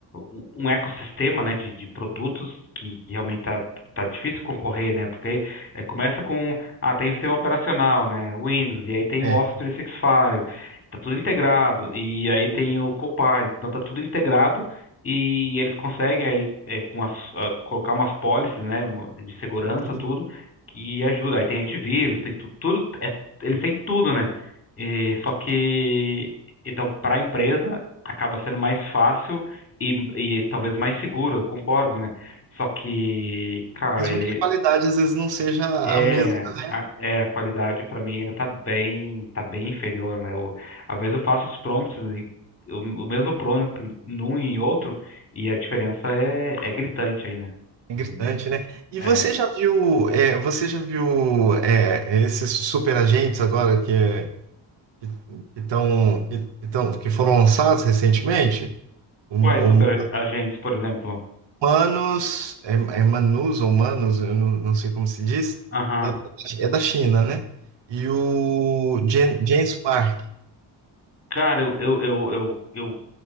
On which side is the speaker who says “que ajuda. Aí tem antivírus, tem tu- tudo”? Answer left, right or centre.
Left